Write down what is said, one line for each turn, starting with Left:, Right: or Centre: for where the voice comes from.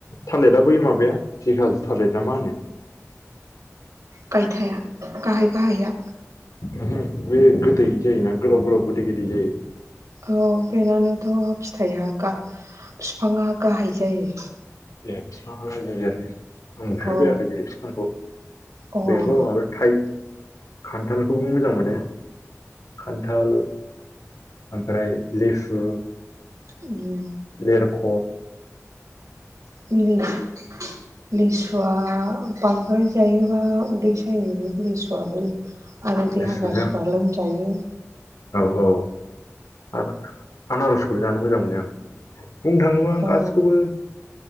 Left: थालिरा बै माबाया जेखाजो थालिर ना मा होनो।
Right: गायथाया गाहाय गाहाया
Left: अमहो बे गोदै जायोना गोलाउ गोलाउ गोदै गोदै जायो।
Right: औ बेनानोथ' फिथाइया गा बिफाङा गाहाय जायो।
Left: ए बिफाङा गाहाय जायो आरो आं नुफेरबाय
Right: औ
Left: आरो बे बिफांखौ
Right: अ उम
Left: बेखौ ओमफ्राय थाइ खान्थालखौबो मोजां मोनो। खान्थाल ओमफ्राय लिसु
Right: अम
Left: जेर'ख
Right: <unintelligible> लिसुआ बांद्राय जायोबा उदै सायो। लिसुआबो आरो देहा
Left: लेसुजों
Right: गाज्रिफ्रा लोमजायो।
Left: औ औ आरो आनारसखौ जानो मोजां मोनो आं। बुंनो थाङोबा
Right: औ
Left: गासिखौबो